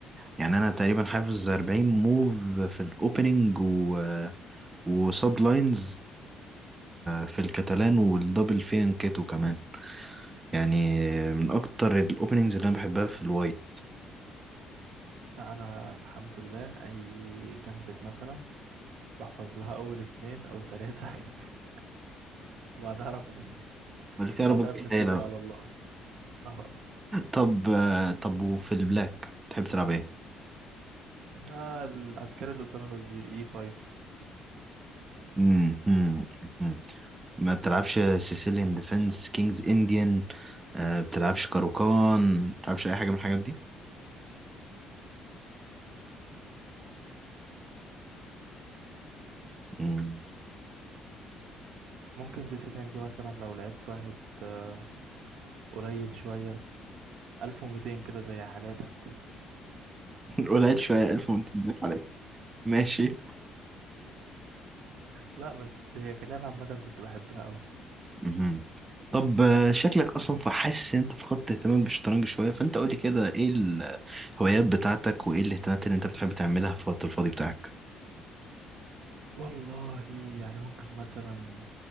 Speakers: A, on the right; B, on the right.
A: يعني انا تقريبا حافظ 40 موف في الاوبننج و وسب لاينز في الكاتالان والدبل فين كيتو كمان يعني من اكتر الاوبننجز اللي انا بحبها في الوايت
B: لا انا الحمد لله اي جامبت مثلا بحفظ لها اول اتنين او تلاتة <laughs> وبعدها رفض
A: بعد كده
B: وبعدها
A: ربط
B: بنتكل
A: رسالة
B: على الله اه
A: طب آه، طب وفي البلاك تحب تلعب ايه؟
B: آه، العسكري اللي قدام الوزير اي 5
A: مم، مم، مم. ما بتلعبش سيسيليان ديفنس كينجز انديان آه، بتلعبش كاروكان بتلعبش اي حاجه من الحاجات دي مم.
B: ممكن سيسيليان دي مثلا لو لعبت واحد آه، قليل شوية 1200 كده زي حالاتك
A: <laughs> قليل شويه 1200 عليك ماشي
B: لا بس هي كلعبة عامة كنت بحبها أوي
A: مهم. طب آه، شكلك اصلا فحاسس ان انت فقدت اهتمامك بالشطرنج شويه فانت قولي كده ايه الهوايات بتاعتك وايه الاهتمامات اللي انت بتحب تعملها في الوقت الفاضي بتاعك
B: والله يعني ممكن مثلا